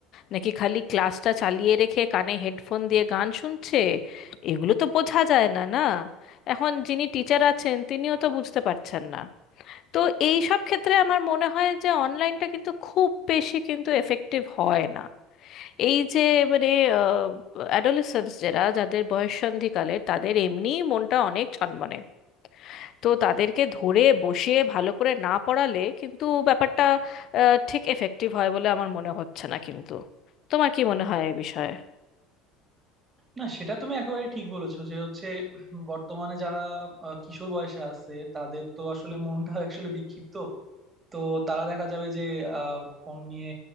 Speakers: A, on the left; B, on the right.
A: নাকি খালি ক্লাসটা চালিয়ে রেখে কানে হেডফোন দিয়ে গান শুনছে এগুলো তো বোঝা যায় না না এখন যিনি টিচার আছেন তিনিও তো বুঝতে পারছেন না তো এই সব ক্ষেত্রে আমার মনে হয় যে অনলাইনটা কিন্তু খুব বেশি কিন্তু এফেক্টিভ হয় না এই যে মানে অ্যাডোলেসেন্স যারা যাদের বয়ঃসন্ধিকালে তাদের এমনি মনটা অনেক ছনমনে তো তাদেরকে ধরে বসিয়ে ভালো করে না পড়ালে কিন্তু ব্যাপারটা আহ, ঠিক এফেক্টিভ হয় বলে আমার মনে হচ্ছে না কিন্তু তোমার কি মনে হয় এই বিষয়ে
B: না সেটা তুমি একেবারে ঠিক বলেছো যে হচ্ছে উম, বর্তমানে যারা আহ, কিশোর বয়সে আছে তাদের তো আসলে মনটা <laughs> আসলে বিক্ষিপ্ত তো তারা দেখা যাবে যে ফোন নিয়ে